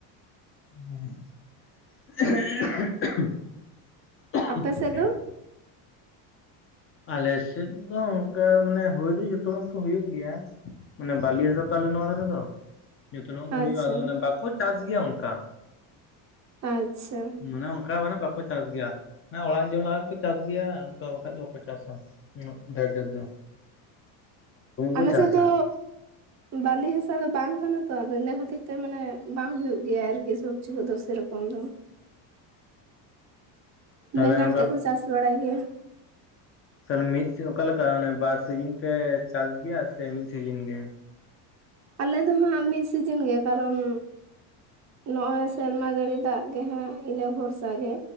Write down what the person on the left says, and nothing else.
<unintelligible>
ᱟᱞᱮᱥᱮᱫ ᱫᱚ ᱚᱱᱠᱟ ᱢᱟᱱᱮ ᱦᱩᱭ ᱫᱚ ᱡᱚᱛᱚ ᱟᱜᱮ ᱦᱩᱭᱩᱜ ᱜᱮᱭᱟ ᱢᱟᱱᱮ ᱵᱟᱹᱞᱤ ᱦᱟᱥᱟ ᱛᱟᱦᱚᱞᱮ ᱱᱚᱣᱟ ᱫᱷᱟᱨᱮ ᱫᱚ ᱡᱷᱚᱛᱚᱱᱟᱜ ᱜᱮ ᱦᱩᱭᱩᱜᱼᱟ
ᱟᱚᱱ ᱵᱟᱠᱚ ᱪᱟᱥ ᱜᱮᱭᱟ ᱚᱱᱠᱟ
ᱢᱟᱱᱮ ᱚᱱᱠᱟ ᱢᱟᱱᱮ ᱵᱟᱠᱚ ᱪᱟᱥ ᱜᱮᱭᱟ, ᱚᱲᱟᱜ ᱡᱚᱢ ᱞᱟᱜᱟᱜ ᱠᱚ ᱪᱟᱥ ᱜᱮᱭᱟ ᱚᱱᱠᱟ ᱵᱟᱠᱷᱟᱡ ᱫᱚ ᱠᱚ ᱪᱟᱥᱟ ᱰᱮᱨ ᱰᱮᱨ ᱫᱚ ᱠᱚ
ᱪᱟᱥᱟ
<unintelligible>
ᱛᱟᱦᱚᱞᱮ
ᱚᱱᱠᱟ
ᱛᱟᱦᱞᱮ ᱢᱤᱫ ᱚᱠᱟᱞᱮᱠᱟ ᱚᱱᱮ ᱵᱟᱨ ᱥᱤᱡᱤᱱ ᱯᱮ ᱪᱟᱥ ᱜᱮᱭᱟ ᱥᱮ ᱢᱤᱫ ᱥᱤᱡᱤᱱ ᱜᱮ